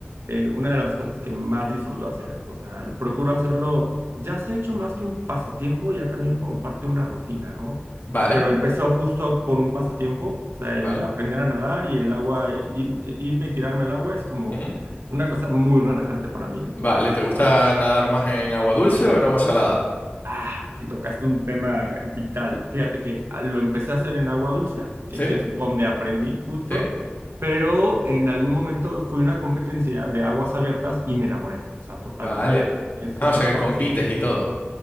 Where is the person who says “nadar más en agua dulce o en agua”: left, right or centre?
Left